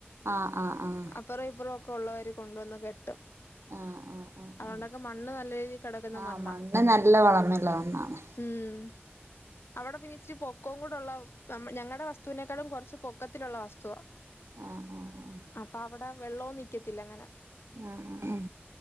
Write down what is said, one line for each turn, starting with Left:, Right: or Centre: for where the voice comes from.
Right: ആഹ് ആഹ് ആഹ്.
Left: അപ്പുറം ഇപ്പുറം ഒക്കെ ഉള്ളവര് കൊണ്ടു വന്ന് കെട്ടും.
Right: ആഹ് ആഹ് ആഹ്
Left: അതുകൊണ്ടൊക്കെ മണ്ണ് നല്ല രീതി കെടക്ക്ന്ന
Right: ആഹ്
Left: മണ്ണാ.
Right: മണ്ണ് നല്ല വളമുള്ള മണ്ണാണ്
Left: ഉം. അവടെ പിന്നെ ഇച്ചിരി പൊക്കവും കൂടെള്ള നമ്മ ഞങ്ങടെ വസ്തുവിനേക്കാളും കൊർച്ച് പൊക്കത്തിലുള്ള വസ്തുവാ.
Right: ആഹ് ആഹ് ആഹ്.
Left: അപ്പൊ അവടെ വെള്ളവും നിക്കത്തില്ലങ്ങനെ.
Right: ആഹ് ആഹ് ആഹ്.